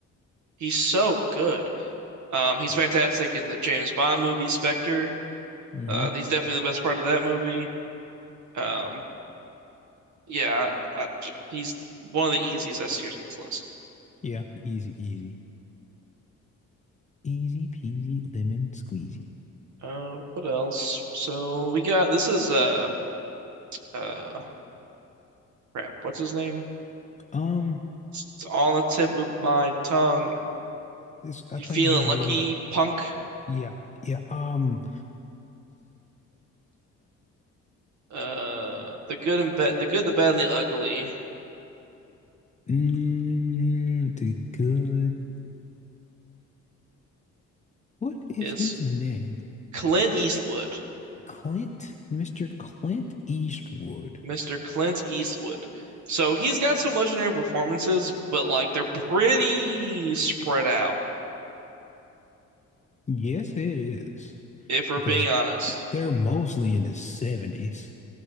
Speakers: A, on the right (about 70°); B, on the left (about 25°).
A: He's so good. Um, he's fantastic in the James Bond movie Spectre.
B: hmm
A: Uh, he's definitely the best part of that movie. Um, yeah, I, he's one of the easiest S tiers on this list.
B: Yeah, easy, easy, easy peasy lemon squeezy.
A: Uh, what else? So we got this is uh uh crap. What's his name?
B: Um,
A: It's, it's on the tip of my tongue.
B: this I
A: You
B: think
A: feeling
B: of his movies.
A: lucky, punk?
B: Yeah, yeah. Um,
A: Uh, the good and bad, the good, the bad, and the ugly
B: mm, the good. What is
A: is
B: his name?
A: Clint Eastwood,
B: Clint, Mr. Clint Eastwood.
A: Mr. Clint Eastwood. So he's got some legendary performances, but like they're pretty spread out,
B: Yes, it is
A: if we're
B: because
A: being honest.
B: They're mostly in the 70s